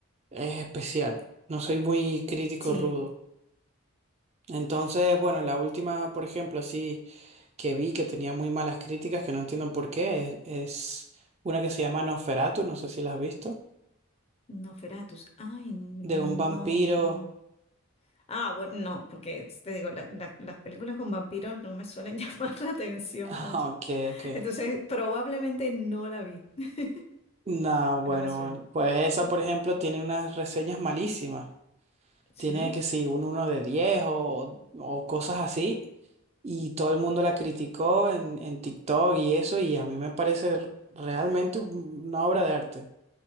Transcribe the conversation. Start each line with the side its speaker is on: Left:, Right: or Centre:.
Right: es especial. No soy muy crítico
Left: sí,
Right: rudo. Entonces, bueno, la última, por ejemplo, así que vi que tenía muy malas críticas, que no entiendo por qué, es, es una que se llama Nosferatu, no sé si la has visto,
Left: Nosferatus. Ay, no,
Right: de un vampiro.
Left: no.
Right: <laughs>
Left: Ah, bueno, no, porque es- te digo, la- la- las películas con vampiros no me suelen <laughs> llamar la atención
Right: Ah,
Left: mucho.
Right: Ok, ok.
Left: Entonces, probablemente no la vi. <laughs>
Right: No, bueno,
Left: No me suena.
Right: bueno. Pues esa, por ejemplo, tiene unas reseñas malísimas.
Left: Sí,
Right: tiene que si un uno de 10 o, o cosas así. Y todo el mundo la criticó en, en TikTok y eso, y a mí me parece r- realmente un- una obra de arte.